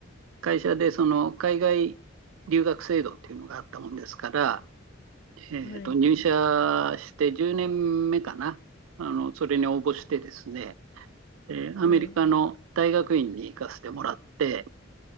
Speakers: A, on the right; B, on the left.
A: 会社でその海外留学制度っていうのがあったもんですから、えっと、
B: はい、
A: 入社して10年目かな。あの、それに応募してですね、えーアメリカの大学院に行かせてもらって、
B: はい、